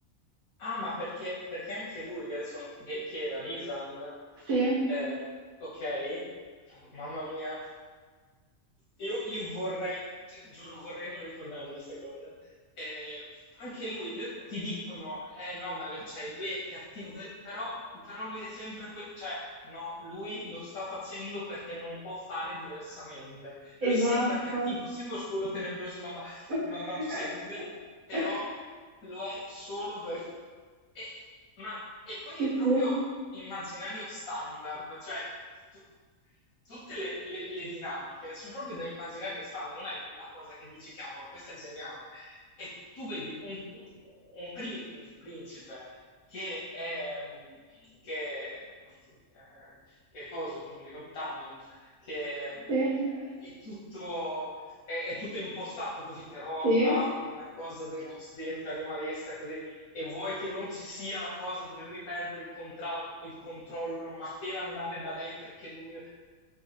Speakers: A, on the left (about 85°); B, on the right (about 85°).
A: Ah, ma perché, perché anche lui, che adesso che, chi era Risand,
B: Sì,
A: eh, ok, mamma mia, io, io vorrei, gi- giuro, vorrei non ricordarle queste cose. Eh, anche lui, lui- ti dicono, eh no, ma lui, cioè, lui è cattivo, così", però, però lui è sempre, que- cioè, no, lui lo sta facendo perché non può fare diversamente.
B: esatto.
A: Lui sembra cattivo, sembra oscuro, tenebroso, malvagio
B: <laughs>
A: sex appeal, però lo è solo per... E, ma, e poi
B: Sì,
A: è proprio immaginario standard, cioè tu- tutte le, le- le dinamiche sono proprio da immaginario standard, non è quella cosa che dici, cavolo, questo è geniale. E tu vedi un, un prin- un principe che è... mm, Che, che, che cosa, che non mi ricordo, Tamlin, che mm,
B: sì,
A: è tutto è, è tutto impostato così, però
B: sì,
A: ha una cosa grossa dentro, animalesca, così. E vuoi che non ci sia la cosa dove lui perde il, contra- il controllo, ma per andare da lei perché lui...